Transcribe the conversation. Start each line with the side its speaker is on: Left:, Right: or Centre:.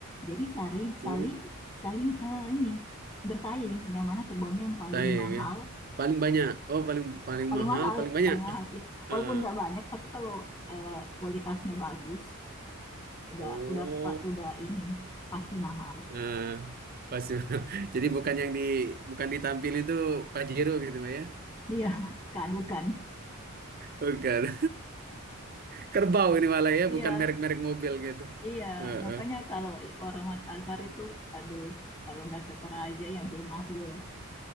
Left: Jadi saling
Right: oh,
Left: saling saling eh, ini bersaing yang mana kerbaunya yang paling
Right: saya ya.
Left: mahal
Right: ya. Paling banyak. Oh, paling paling
Left: paling
Right: mahal,
Left: mahal
Right: paling banyak.
Left: paling mahal ya.
Right: Heeh.
Left: walaupun nggak banyak tapi kalau eh, kualitasnya bagus udah
Right: Oh,
Left: udah udah ini pasti mahal
Right: eh, pasti. <laughs> Jadi bukan yang di bukan ditampil itu Pajero gitu Pak, ya.
Left: iya kan bukan
Right: Bukan. Kerbau ini malah
Left: <laughs>
Right: ya,
Left: iya
Right: bukan merek-merek mobil gitu.
Left: iya
Right: Heeh.
Left: makanya kalau orang Makassar itu aduh kalau nggak ke Toraja ya belum afdol